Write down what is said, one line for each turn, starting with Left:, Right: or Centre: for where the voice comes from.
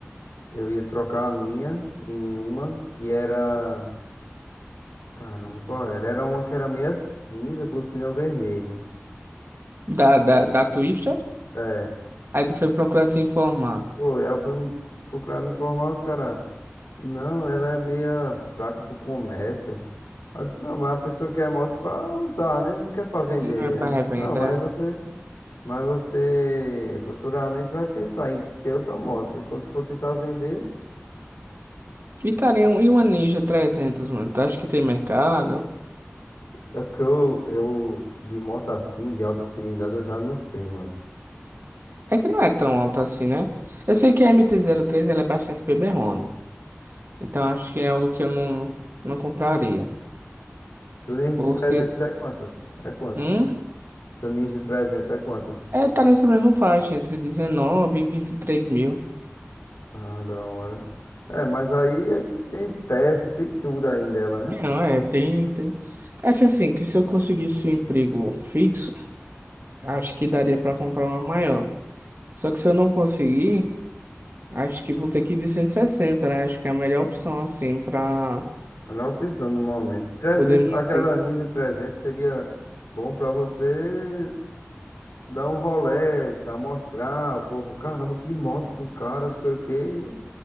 Left: eu ia trocar a minha em uma que era. Caramba, qual era? Era uma que era meia cinza com os pneus vermelhos.
Right: da da da Twister?
Left: É.
Right: Aí tu foi procurar se informar.
Left: Pô, aí eu fui procurar me informar, os caras. Não, ela é meia fraca pro comércio. Aí Eu disse, não, mas a pessoa quer moto pra usar, né? Não quer pra vender.
Right: E não é pra
Left: Aí disse,
Right: revenda.
Left: não, mas você.
Right: é.
Left: Mas você futuramente vai pensar em ter outra moto. E quando for tentar vender.
Right: E, cara, e um- e uma Ninja 300, mano? Tu acha que tem mercado?
Left: É porque eu, eu de moto assim, de alta cilindrada, eu já não sei, mano.
Right: É que não é tão alta assim, né? Eu sei que a mt três ela é bastante beberrona. Então acho que é algo que eu não, não compraria.
Left: Seu Ninja
Right: Por
Left: 300
Right: ser...
Left: é quantas? É quanto?
Right: Hum?
Left: Seu Ninja 300 é quanto?
Right: É, tá nessa mesma faixa, entre 19 e 23 mil.
Left: Ah, da hora. É, mas aí, aí tem peça, tem tudo aí dela, né?
Right: Não, é, tem, tem. Acho assim, que se eu conseguisse um emprego fixo, acho que daria pra comprar uma maior. Só que se eu não conseguir... Acho que vou ter que ir de 160, né? Acho que é a melhor opção, assim, pra
Left: Melhor opção no momento. 300,
Right: poder manter.
Left: aquela Ninja 300 seria bom pra você dar um rolê, se amostrar, o povo, caramba, que moto do cara, não sei o quê.